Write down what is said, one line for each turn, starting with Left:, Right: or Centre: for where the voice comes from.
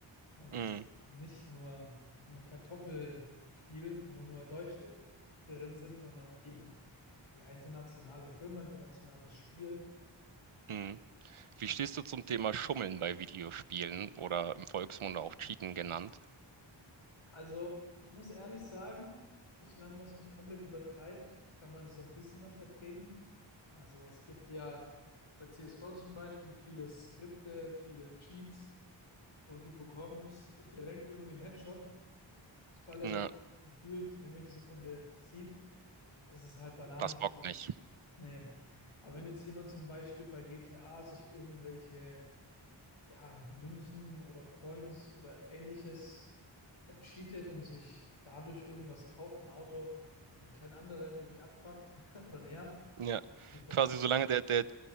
Left: und
Right: Mhm.
Left: es ist nicht nur so ein Kartoffelspiel, wo nur Deutsche drin sind, sondern eben ja internationale Firma, internationales Spiel.
Right: Mhm. Wie stehst du zum Thema Schummeln bei Videospielen oder im Volksmund auch Cheaten genannt?
Left: Also ich muss ehrlich sagen, solange man es nicht komplett übertreibt, kann man es so ein bisschen noch vertreten. Also es gibt ja bei CSGO zum Beispiel viele Skripte, viele Cheats, wo du bekommst direkt irgendwie einen Headshot. Sobald er
Right: Ja,
Left: dich gefühlt eine Millisekunde sieht, das ist halt Banane.
Right: das bockt nicht.
Left: Nee. Aber wenn jetzt jemand zum Beispiel bei GTA sich irgendwelche, ja, Münzen oder Coins oder ähnliches ercheatet und sich dadurch irgendwas kauft, ein Auto und keinen anderen irgendwie abfuckt <laughs> oder nervt,
Right: Ja,
Left: ich das,
Right: quasi solange der, der